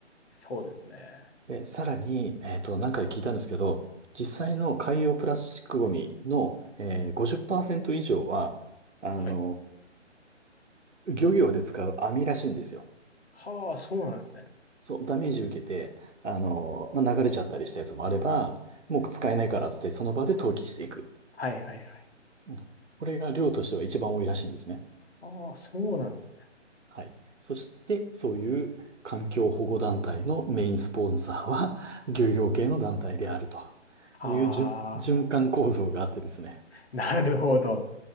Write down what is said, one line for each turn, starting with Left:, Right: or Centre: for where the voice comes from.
Left: そうですね。
Right: で、さらに、えっと、何回か聞いたんですけど、実際の海洋プラスチックゴミの、えー、50%以上は、あの
Left: はい。
Right: ー漁業で使う網らしいんですよ。
Left: はあ、そうなんですね。
Right: そう、ダメージ受けて、あのーまあ、流れちゃったりしたやつもあれば、もう使えないからっつって、
Left: うん。
Right: その場で投棄していく。
Left: はいはいはい。
Right: うんこれが量としては一番多いらしいんですね。
Left: ああ、そうなんですね。
Right: はい。そして、そういう環境保護団体のメインスポンサーは、<laughs> 漁業系の団体であると
Left: ああ、
Right: いう循、循環構造があってですね。
Left: なるほど。